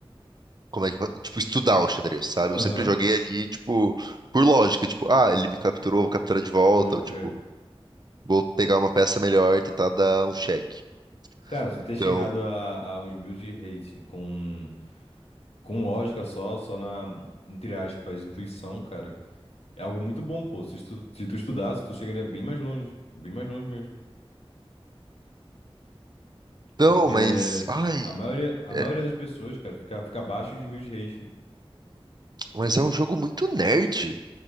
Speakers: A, on the right; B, on the left.
A: como é que, eu fa- tipo, estudar o xadrez, sabe?
B: Aham,
A: Eu sempre joguei ali, tipo, por lógica. Tipo, ah, ele me capturou, vou capturar de volta.
B: pode
A: Ou,
B: crer.
A: tipo, vou pegar uma peça melhor e tentar dar um check.
B: Cara, tu
A: Então,
B: ter chegado a- aos mil de rating com, com lógica só, só na, entre aspas, intuição, cara, é algo muito bom, pô. Se tu, se tu estudasse, tu chegaria bem mais longe. Bem mais longe mesmo.
A: Não,
B: Porque
A: mas. Ai,
B: a maioria, a
A: é-
B: maioria das pessoas, cara, fica, fica abaixo de mil de rating.
A: mas é um jogo muito nerd.